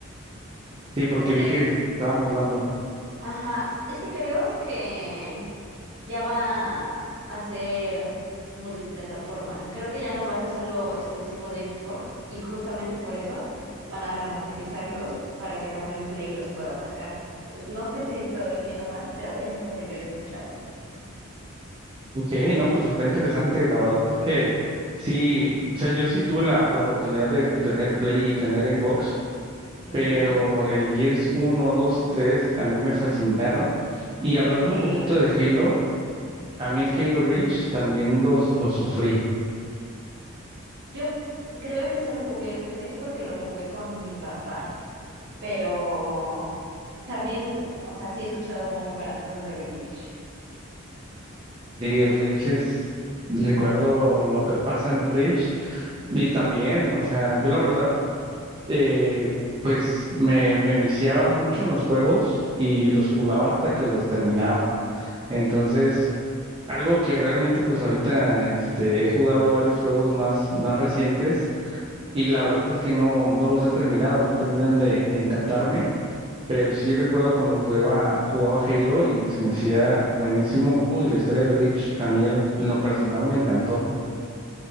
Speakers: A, on the right; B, on the right.
A: Sí, porque
B: Es que,
A: vi que se estaban burlando.
B: ajá, es que creo que ya va a ser multiplataforma. Creo que ya no va a ser solo exclusivo de Xbox y justamente por eso van a remasterizarlos para que también Play los pueda sacar. No sé si estoy bien o mal, pero eso es lo que yo he escuchado.
A: Ok, no, pues está interesante. La verdad es que sí, o sea, yo sí tuve la, la oportunidad de tener Play y tener Xbox.
B: Okay,
A: pero el Gears uno 2 y 3 a mí me fascinaron. Y hablando
B: sí,
A: un poquito de Halo, a mí el Halo
B: okay.
A: Reach también los, lo sufrí.
B: Yo creo que solo jugué el 3 porque lo jugué con mi papá, pero también, o sea, sí he escuchado muy buenas cosas del Reach.
A: Y el Reach es, recuerdo lo que pasa en el Reach. Y también, o sea, yo la verdad, eh, pues me, me viciaba mucho en los juegos y los jugaba hasta que los terminaba. Entonces, algo que realmente pues ahorita este, he jugado varios juegos más, más recientes Y la verdad es que no, no los he terminado, no terminan de, de encantarme, pero sí recuerdo cuando jugaba, jugaba Halo y se me hacía buenísimo y la historia del Reach a mí en en lo personal me encantó.